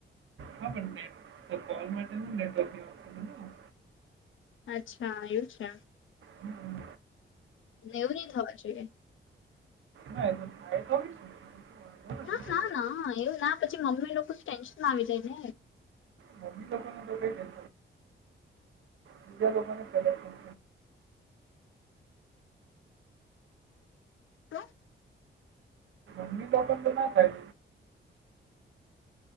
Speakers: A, on the right; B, on the left.
A: હા પણને કોલ માટે નેટવર્ક કરું
B: અચ્છા એું છે
A: હમ
B: એવું નહ થવા જોઈએ
A: ના થાય તો બી શું છે? એ તો વાંધો
B: ના ના ના એવું ના પછી મમ્મી લોકો ટેન્શન માં આવી જાય ને
A: મમ્મી લોકોને તો કઈ કેન્ બીજા લોકો ને પેલાન્
B: હા
A: મમ્મી તો પણ તો ના થાય